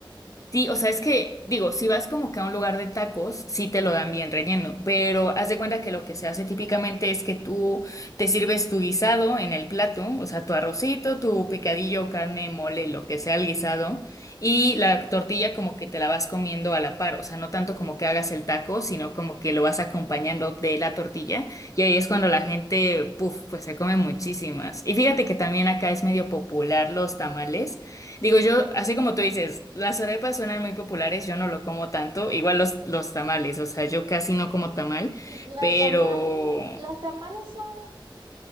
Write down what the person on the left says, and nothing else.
Sí, o sea, es que, digo, si vas como que a un lugar de tacos, sí te lo dan bien relleno, pero haz de cuenta que lo que se hace típicamente es que tú te sirves tu guisado en el plato, o sea, tu arrocito, tu picadillo, carne, mole, lo que sea el guisado, y la tortilla como que te la vas comiendo a la par, o sea, no tanto como que hagas el taco, sino como que lo vas acompañando de la tortilla, y ahí es cuando la gente, puf, pues se come muchísimas. Y fíjate que también acá es medio popular los tamales. Digo yo, así como tú dices, las arepas suenan muy populares, yo no lo como tanto, igual los, los tamales, o sea, yo casi no como tamal,
pero